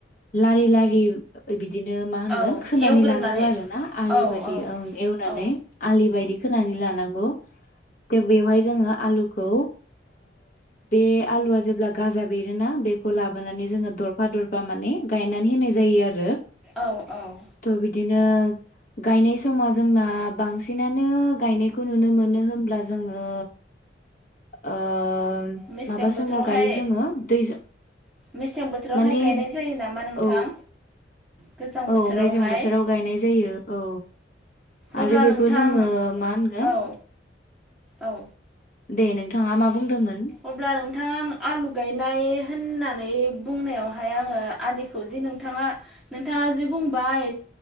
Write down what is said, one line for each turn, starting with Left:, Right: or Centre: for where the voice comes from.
Left: लारि लारि बि बिदिनो मा होनगोन
Centre: औ
Left: खोनानै
Centre: एवग्रोनानै
Left: लानांगौ आरो ना आलि
Centre: औ
Left: बायदि
Centre: औ
Left: ओं एवनानै
Centre: औ
Left: आलि बायदि खोनानै लानांगौ। दा बेवहाय जोङो आलुखौ बे आलुआ जेब्ला गाजा बेरोना बे लाबोनानै जोङो दरफा दरफा बा माने गायनानै होनाय जायो आरो
Centre: औ औ
Left: थ बिदिनो गायनाय समा जोंना बांसिनानो गायनायखौ नुनो मोनो होनब्ला जोङो ओ
Centre: मेसें
Left: माबा
Centre: बोथोरावहाय
Left: समाव गायो जोङो दै
Centre: मेसें बोथोरावहाय
Left: माने
Centre: गायनाय जायो नामा नोंथां?
Left: औ
Centre: गोजां बोथोरावहाय
Left: औ मेजें बोथोराव गायनाय जायो औ
Centre: अब्ला
Left: आरो बेखौ
Centre: नोंथां
Left: जोङो मा होनगोन
Centre: औ औ।
Left: दे नोंथाङा मा बुंदोंमोन?
Centre: अब्ला नोंथांङा आं आलु गायनाय होनना बुंनायावहाय आङो आलिखौ जि नोंथाङा नोंथाङा जि बुंबाय